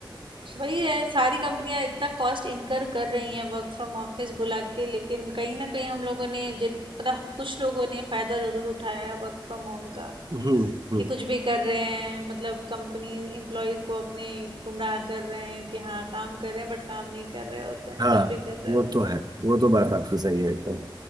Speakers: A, on the right; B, on the right.
A: वही है सारी कंपनियां इतना कॉस्ट इनकर कर रही हैं वर्क फ्रॉम ऑफिस बुला के लेकिन कहीं ना कहीं हम लोगों ने जिन पता कुछ लोगों ने फायदा जरूर उठाया है वर्क फ्रॉम होम का
B: हम्म हम्म,
A: कि कुछ भी कर रहे हैं मतलब कंपनी एम्प्लॉय को अपने गुमराह कर रहे हैं कि हाँ काम कर रहे हैं बट काम नहीं कर रहे होते हैं
B: हाँ
A: कुछ भी कर रहे
B: वो
A: होते
B: तो है
A: हैं
B: वो तो बात आपकी सही है एकदम